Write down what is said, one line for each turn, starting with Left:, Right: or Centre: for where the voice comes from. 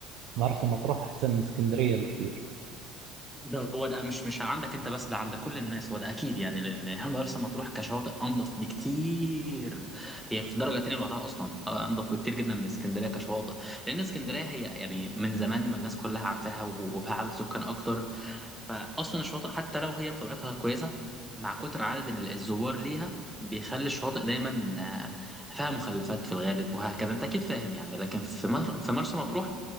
Right: مرسى مطروح احسن من اسكندريه بكثير
Centre: ده هو ده مش مش عندك انت بس ده عند كل الناس هو ده اكيد يعني لان مرسى مطروح كشواطئ انضف بكتير هي في درجه تانية لوحدها اصلا آه، انضف بكتير جدا من اسكندريه كشواطئ لان اسكندريه هي يعني من زمان ما الناس كلها عارفاها و- وفيها عدد سكان اكتر فاصلا الشواطئ حتى لو هي بطبيعتها كويسه مع كتر عدد الزوار ليها بيخلي الشواطئ دايما آه، فيها مخلفات في الغالب وهكذا انت اكيد فاهم يعني لكن في مر... في مرسى مطروح